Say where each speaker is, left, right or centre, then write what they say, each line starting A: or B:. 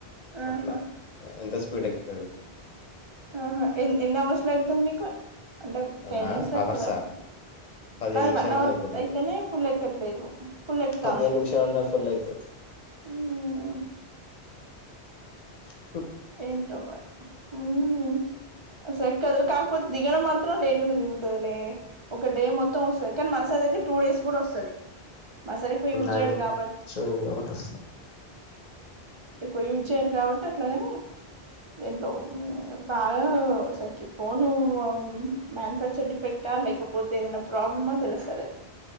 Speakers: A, on the right; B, on the left.
A: ఆహా
B: అట్ల ఎంత పెడెక్తది
A: ఆహా ఎన్ ఎన్ అవర్స్ లో ఎకుతది నీకు అంటే టెన్
B: ఆ
A: మినిట్స్ లో
B: అవర్సా
A: ఎక్కుతదేమో
B: పదిహేను
A: నాది
B: నిమిషాల్లో
A: వన్ అవర్
B: అయిపోతది
A: అయితేనే ఫుల్ ఎక్కట్లేదు ఫుల్ ఎక్కుతాంది.
B: పదిహేను నిమిషాల్లో ఫుల్ అయితది
A: హ్మ్
B: హ
A: ఏంటోమారి హ్మ్ అసల్ ఎక్కదు కాకపోతే దిగడం మాత్రం త్రం లేట్ గనే దిగుతది లే ఒక డే మొత్తం వస్తది కానీ మన సైడ్ అయితే టూ డేస్ కూడా వస్తది మా సైడ్ ఎక్కువచేయడు
B: ఆయన
A: కాబట్టి
B: చూడు ఒకటి వస్తా
A: ఎక్కువ యూజయర్ కాబట్టి అట్లగానే ఏంట్లో బాగా సకి ఫోను మ్యానుఫ్యాక్చర్ డిఫెక్టా లేకపోతే ఏదనా ప్రాబ్లమా తెలుస్తలేదు.